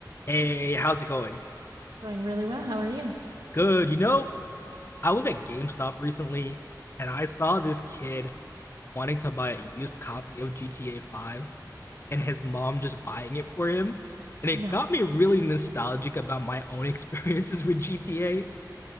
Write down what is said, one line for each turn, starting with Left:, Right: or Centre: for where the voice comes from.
Left: Hey, how's it going?
Right: Doing really well. How are you?
Left: Good. You know, I was at GameStop recently and I saw this kid wanting to buy a used copy of GTA 5 and his mom just buying it for him. And it
Right: No.
Left: got me really nostalgic about my own <laughs> experiences with GTA.